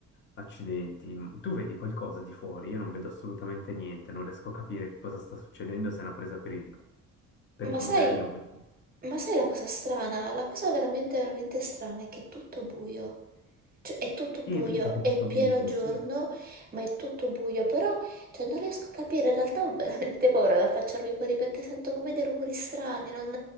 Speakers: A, on the left; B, on the right.
A: Accidenti, tu vedi qualcosa di fuori? Io non vedo assolutamente niente, non riesco a capire che cosa sta succedendo, se è una presa per i, per
B: ma
A: i fondelli
B: sai,
A: o meno.
B: ma sai la cosa strana? La cosa veramente, veramente strana è che è tutto buio. Cioè, è tutto buio,
A: E vedo che è
B: è
A: tutto
B: pieno
A: buio,
B: giorno,
A: sì.
B: ma è tutto buio, però cioè, non riesco a capire, in realtà ho veramente paura ad affacciarmi fuori perché sento come dei rumori strani, non-